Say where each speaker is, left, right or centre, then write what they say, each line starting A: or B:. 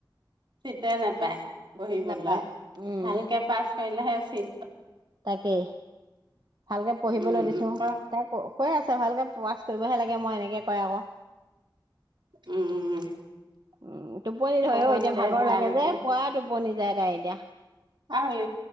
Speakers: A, on the right; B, on the right.
A: চিতে নাপায় পঢ়িবলৈ
B: চিট নাপায় উম
A: ভালকে পাছ কৰিলেহে। ছি
B: তাকেই ভালকে পঢ়িবলৈ
A: উম
B: দিছো,
A: আকৌ
B: তাক কৈ আছে ভালকে পাছ কৰিবহে লাগে মই এনেকে কয় আকৌ।
A: উম।
B: অ', টোপনি
A: পঢ়ক
B: ধয় অ', এতিয়া
A: দে
B: ভাগৰ
A: ভালকে
B: লাগে যে পোৰা টোপনি যায় তাই এতিয়া।
A: আৰু